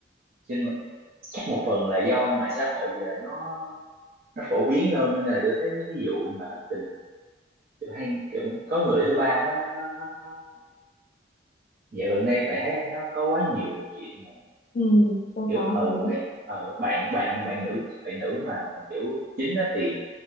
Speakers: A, on the right; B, on the left.
A: trên mạng- chắc một phần là do mạng xã hội giờ nó nó phổ biến hơn nên là tôi thấy mấy cái vụ mà tình kiểu hay kiểu có người thứ ba nó nó nó, nó... dạo gần đây bạn thấy không nó có quá nhiều chuyện mà
B: Ừ, tôi
A: kiểu
B: có
A: ờ
B: thấy.
A: bạn ờ bạn bạn bạn nữ bạn nữ mà kiểu chính á thì